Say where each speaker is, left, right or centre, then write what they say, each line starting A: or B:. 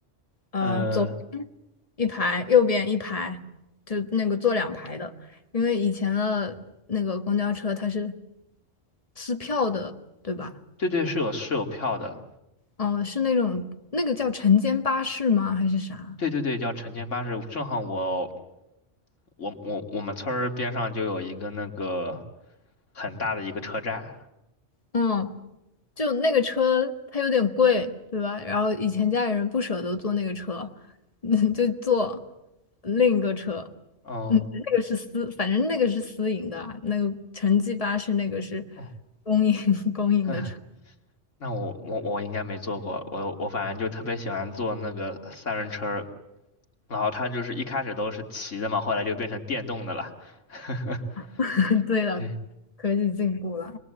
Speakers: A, on the left; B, on the left.
A: 呃，
B: 呃，
A: 左一排，右边一排，就那个坐两排的，因为以前的那个公交车它是撕票的，对吧？
B: 对对，是有是有票的，
A: 嗯、是那种那个叫晨间巴士吗？还是啥？
B: 对对对，叫晨间巴士，正好我我我我们村儿边上就有一个那个很大的一个车站，
A: 嗯，就那个车它有点贵，对吧？然后以前家里人不舍得坐那个车，<laughs> 嗯，就坐另一个车。
B: 哦
A: 嗯，那个是私，反正那个是私营的啊那个城际巴士那个是
B: 哦。
A: 公营 <laughs> 公营的车。
B: <laughs> 那我我我应该没坐过，我我反正就特别喜欢坐那个三轮车儿然后它就是一开始都是骑的嘛，后来就变成电动的了。<laughs>
A: <laughs> 对了，
B: 对，
A: 科技进步了，